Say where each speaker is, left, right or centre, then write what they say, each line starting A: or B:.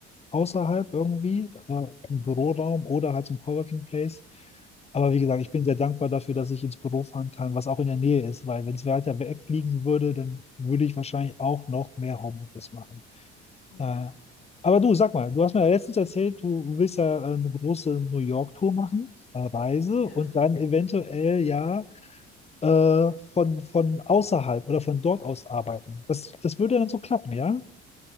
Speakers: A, on the left; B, on the left.
A: außerhalb irgendwie, äh, im
B: Mhm.
A: Büroraum oder halt zum Coworking Place. Aber wie gesagt, ich bin sehr dankbar dafür, dass ich ins Büro fahren kann, was auch in der Nähe ist, weil wenn es weiter weg liegen würde, dann würde ich wahrscheinlich auch noch mehr Homeoffice machen. Äh,
B: Ja,
A: aber du, sag mal, du hast mir ja letztens erzählt, du willst ja äh, eine große New York-Tour machen, äh, Reise
B: ja.
A: und dann eventuell ja äh, von, von außerhalb oder von dort aus arbeiten. Das, das würde dann so klappen, ja?